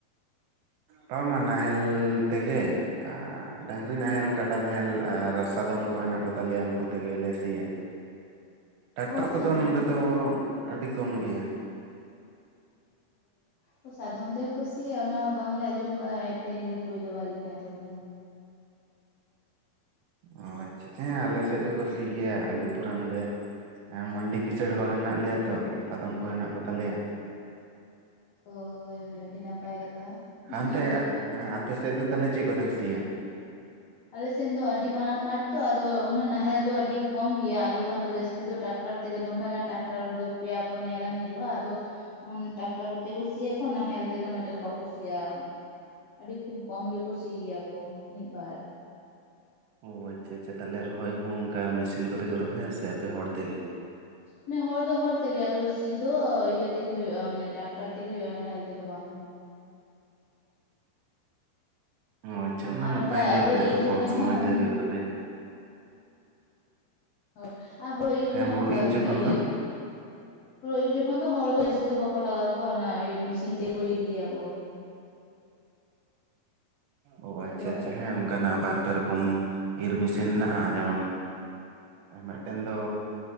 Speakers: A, on the right (about 75°); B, on the left (about 80°).
A: ᱵᱟᱝ ᱢᱟ ᱱᱟᱦᱮᱞ ᱛᱮᱜᱮ ᱟᱨ ᱰᱟᱝᱨᱤ ᱱᱟᱦᱮᱞ, ᱠᱟᱰᱟ ᱱᱟᱦᱮᱞ ᱟᱨ ᱥᱟᱫᱚᱢ ᱠᱚ ᱦᱮᱱᱟᱜ ᱠᱚ ᱛᱟᱞᱮᱭᱟ ᱩᱱᱠᱩ ᱛᱮᱜᱮᱞᱮ ᱥᱤᱭᱟ‌᱾ ᱴᱟᱠᱴᱟᱨ
B: ᱚ
A: ᱠᱚᱫᱚ
B: ᱥᱟᱫᱚᱢ
A: ᱱᱚᱸᱰᱮ ᱫᱚ ᱟᱹᱰᱤ ᱠᱚᱢ ᱜᱮᱭᱟ ᱾
B: ᱚ ᱥᱟᱫᱚᱢ ᱛᱮᱦᱚᱸ ᱠᱩ ᱥᱤᱭᱟ ᱚᱱᱟ ᱦᱚᱸ ᱵᱟᱝᱞᱮ ᱟᱸᱡᱚᱢ ᱠᱟᱜᱼᱟ ᱮ ᱛᱮᱦᱮᱧ ᱜᱮ ᱯᱳᱭᱞᱳ ᱵᱟᱨ ᱞᱤᱧ ᱟᱸᱡᱚᱢ ᱫᱟ
A: ᱚ ᱟᱪᱪᱷᱟ ᱦᱮᱸ ᱟᱞᱮ ᱥᱮᱫ ᱫᱚᱠᱚ ᱥᱤ ᱜᱮᱭᱟ ᱟᱞᱮ ᱯᱩᱨᱟ ᱱᱚᱰᱮ ᱦᱮᱸ ᱢᱟᱱᱰᱤ ᱠᱤᱥᱟᱹᱲ ᱦᱚᱲ ᱦᱮᱱᱟᱜ ᱞᱮᱭᱟ ᱛᱚ ᱥᱟᱫᱚᱢ ᱠᱚ ᱦᱮᱱᱟᱜ ᱠᱚ ᱛᱟᱞᱮᱭᱟ
B: ᱚ ᱦᱳᱭ ᱦᱳᱭ
A: ᱾
B: ᱟᱹᱰᱤ ᱱᱟᱯᱟᱭ ᱠᱟᱛᱷᱟ
A: ᱦᱟᱱᱛᱮ
B: ᱟᱫᱚ
A: ᱟᱯᱮ ᱥᱮᱫ ᱫᱚ ᱛᱟᱞᱦᱮ ᱪᱮᱫ ᱠᱚ ᱛᱮᱯᱮ ᱥᱤᱭᱟ?
B: ᱟᱞᱮᱥᱮᱱ ᱫᱚ ᱟᱹᱰᱤ ᱢᱟᱨᱟᱝ ᱢᱟᱴᱷ ᱛᱚ ᱟᱫᱚ ᱩᱱᱟᱹ ᱱᱟᱦᱮᱞ ᱫᱚ ᱟᱹᱰᱤ ᱠᱚᱢ ᱜᱮᱭᱟ ᱟᱫᱚ ᱠᱷᱟᱱ ᱫᱚ ᱡᱟᱹᱥᱛᱤ ᱫᱚ ᱴᱨᱟᱠᱴᱟᱨ ᱛᱮᱜᱮ ᱫᱚᱢᱮ ᱜᱟᱱ ᱴᱨᱟᱠᱴᱟᱨ ᱚᱸᱰᱮ ᱫᱚ ᱯᱮᱭᱟ ᱯᱚᱱᱭᱟ ᱜᱟᱱ ᱦᱤᱡᱩᱜᱼᱟ ᱟᱫᱚ ᱚᱱᱟ ᱴᱟᱠᱴᱟᱨ ᱠᱚᱛᱮ ᱠᱚ ᱥᱤᱭᱟ ᱠᱚ ᱱᱟᱦᱮᱞ ᱛᱮᱫᱚ ᱱᱚᱛᱮ ᱫᱚ ᱵᱟᱠᱚ ᱥᱤᱭᱟ ᱾ ᱟᱹᱰᱤ ᱠᱷᱩᱵ ᱠᱚᱢ ᱜᱮᱠᱚ ᱥᱤ ᱜᱮᱭᱟ ᱠᱚ ᱢᱤᱫ ᱵᱟᱨ᱾
A: ᱚ ᱟᱪᱪᱷᱟ ᱟᱪᱪᱷᱟ, ᱛᱟᱦᱞᱮ ᱨᱚᱦᱚᱭ ᱦᱚᱸ ᱚᱝᱠᱟ ᱢᱮᱥᱤᱱ ᱠᱚᱛᱮ ᱠᱚ ᱨᱚᱦᱚᱭᱟ ᱥᱮ ᱟᱯᱮ ᱦᱚᱲ ᱛᱮᱜᱮ?
B: ᱢᱟᱱᱮ ᱦᱚᱲ ᱫᱚ ᱦᱚᱲ ᱛᱮᱜᱮ ᱟᱫᱚ ᱥᱤ ᱫᱚ ᱤᱭᱟᱹ ᱛᱮᱜᱮ ᱦᱳᱭᱳᱜ-ᱟ ᱢᱟᱱᱮ ᱴᱟᱠᱴᱟᱨ ᱛᱮᱜᱮ ᱦᱳᱭᱳᱜ-ᱟ ᱱᱟᱦᱮᱞ ᱛᱮᱫᱚ ᱵᱟᱝ᱾
A: ᱚ ᱟᱪᱪᱷᱟ ᱚᱱᱟ
B: ᱟᱨ
A: ᱱᱟᱯᱟᱭ
B: ᱚᱱᱠᱟ
A: ᱜᱮ
B: ᱦᱳᱲᱳ
A: ᱟᱯᱮᱭᱟᱜ
B: ᱤᱨ
A: ᱫᱚ
B: ᱡᱚᱠᱷᱮᱱ
A: ᱠᱚᱢ ᱥᱩᱢᱟᱹᱭ
B: ᱦᱚᱸ
A: ᱛᱮ
B: ᱩᱱ
A: ᱦᱳᱭᱳᱜ‌ ᱛᱟᱯᱮᱭᱟ᱾
B: ᱦᱳᱭ ᱟ ᱦᱳᱲᱳ ᱤᱨ
A: ᱦᱮᱸ
B: ᱠᱷᱚᱡ ᱦᱚᱜᱚᱝᱠᱟ
A: ᱦᱩᱲᱩ ᱤᱨ ᱡᱚᱠᱷᱚᱱ
B: ᱤᱭᱟᱹ
A: ᱫᱚ?
B: ᱦᱩᱲᱩ ᱤᱨ ᱡᱚᱠᱷᱚᱱ ᱫᱚ ᱦᱚᱲ ᱫᱚ ᱡᱟᱹᱥᱛᱤ ᱵᱟᱠ ᱠᱚ ᱞᱟᱜᱟᱣ ᱠᱚᱣᱟ ᱚᱱᱟ ᱤᱭᱟᱹ ᱢᱤᱥᱤᱱ ᱛᱮᱠᱚ ᱤᱨ ᱜᱮᱭᱟ ᱠᱚ᱾
A: ᱚ ᱟᱪᱪᱷᱟ
B: ᱟᱫᱚ
A: ᱟᱪᱪᱷᱟ ᱦᱮᱸ ᱚᱱᱠᱟᱱᱟᱜ ᱵᱟᱨ ᱯᱮ ᱨᱚ ᱠᱚᱢ ᱤᱨ ᱢᱮᱥᱤᱱ ᱦᱮᱱᱟᱜ-ᱟ, ᱡᱮᱢᱚᱱ ᱢᱮᱜ ᱴᱮᱱ ᱫᱚ